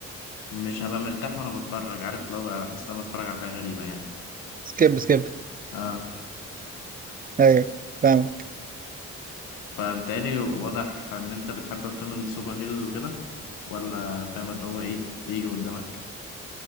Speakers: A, on the left; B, on the right.
A: مش هبقى مرتاح وأنا بتفرج عارف اللي هو بقى بحس إن أنا بتفرج على حاجة غريبة يعني
B: <laughs> سكيب سكيب
A: آه
B: ايوه فاهمك
A: فبالتالي واضح إن أنت بتحب أفلام السوبر هيروز وكده ولا فاهم اللي هو إيه بيجي قدامك